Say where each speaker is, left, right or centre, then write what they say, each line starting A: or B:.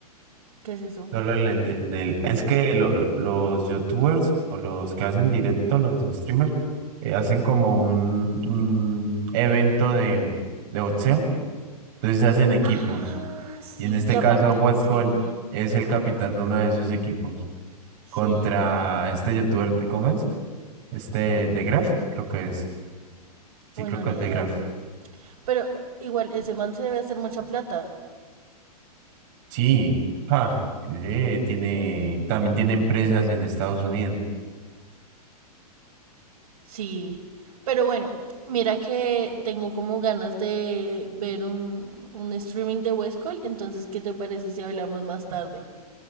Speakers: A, on the right; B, on the right.
A: ¿Qué es eso?
B: solo en el- en el- es que lo- lo- los youtubers o los que hacen directo, los streamers, eh, hacen como un, un evento de, de boxeo. Entonces se hacen equipos.
A: Ah, sí,
B: Y en este
A: y aparte,
B: caso, Guascol
A: sí,
B: es el capitán de uno de esos equipos
A: sí,
B: contra este youtuber, de- ¿cómo es? Este de Graf, creo que es. Sí,
A: bueno,
B: creo que
A: ni
B: es de
A: idea.
B: Graf.
A: Pero igual, ese man se debe hacer mucha plata.
B: Sí, ja, eh, tiene, también tiene empresas en Estados Unidos.
A: Sí. Pero bueno, mira que tengo como ganas de ver un, un streaming de Westcall. Entonces, ¿qué te parece si hablamos más tarde?